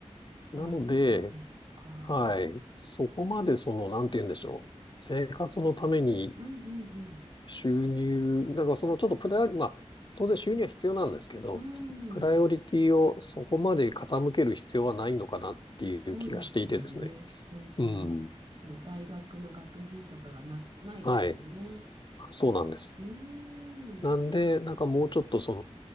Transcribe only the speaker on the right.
ああ、そこまで、そっか。
うん、うん、
うん、
うん。そうですよね。本当に。
その大学の学費とかがな、ないですもんね。
うーん。